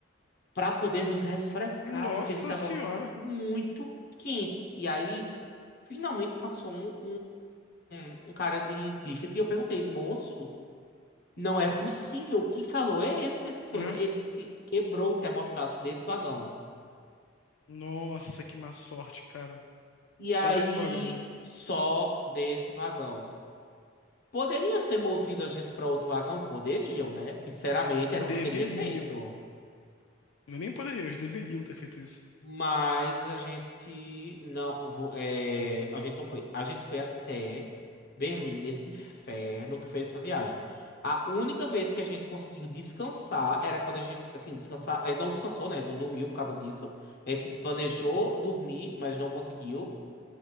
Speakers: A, on the left (about 55°); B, on the left (about 85°).
A: Pra poder nos refrescar,
B: Nossa
A: porque a gente tava
B: senhora.
A: muito quente. E aí, finalmente passou um, um, um cara de ticket e eu perguntei, moço, não é possível, que calor é esse nessa coisa?
B: Aham.
A: Ele disse, quebrou o termostato desse vagão.
B: Nossa, que má sorte, cara.
A: E
B: Só
A: aí,
B: desse vagão, né?
A: só desse vagão. Poderiam ter movido a gente para outro vagão? Poderiam, né? Sinceramente, era o
B: Deveriam.
A: que eu teria feito.
B: Não é Nem poderiam, eles deveriam ter feito isso.
A: Mas a gente não, vo- é, a gente não foi. A gente foi até Berlim, nesse inferno que foi essa viagem. A única vez que a gente conseguiu descansar era quando a gente, assim, descansar, a gente não descansou, né? Não dormiu por causa disso. A gente planejou dormir, mas não conseguiu.